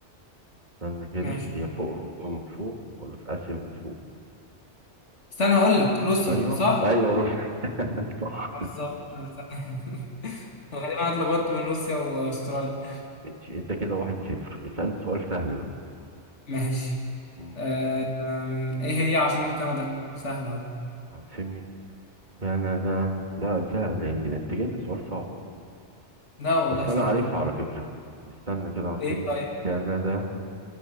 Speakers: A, on the right; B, on the left.
A: استنى كده
B: ماشي
A: هي في اوروبا من فوق ولا في اسيا من فوق
B: استنى هقول لك روسيا
A: ايوه
B: صح؟
A: ايوه روح <laughs> صح
B: بالظبط <laughs> تمام. غالبا انا اتلخبطت بين روسيا واستراليا
A: ماشي انت كده واحد صفر اسألني سؤال سهل بقى
B: ماشي
A: مم.
B: أم... ايه هي عاصمة كندا؟ سهلة أهو.
A: عاصمة كندا لا سهل هي ده انت جايب لي سؤال صعب اصلا
B: لا والله
A: بس
B: سهلة
A: انا عارفها على فكرة استنى كده عاصمة
B: ايه طيب
A: كندا